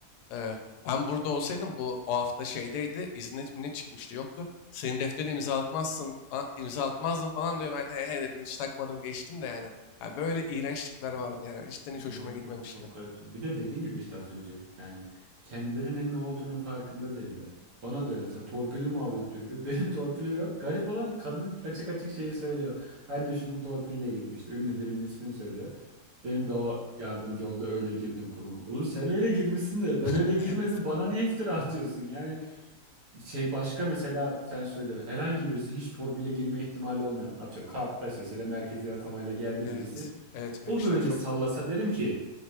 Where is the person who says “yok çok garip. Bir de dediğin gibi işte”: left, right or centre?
Right